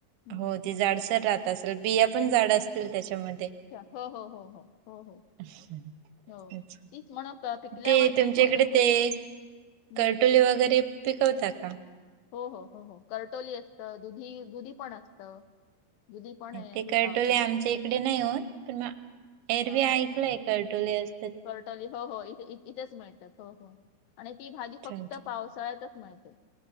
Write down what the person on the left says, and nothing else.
हम्म.
त्या हो, हो, हो.
हो
तीच म्हण पिकल्यावरती
थोडी
हम्म.
हो हो, हो हो करटोली असतं दुधी, दुधी पण असतं. दुधी पण हे
लावतात
हा
हा
करटोली हो हो इथं इथंच मिळतात. हो हो आणि ती भाजी
फक्त
पावसाळ्यात साळ्यातच मिळते.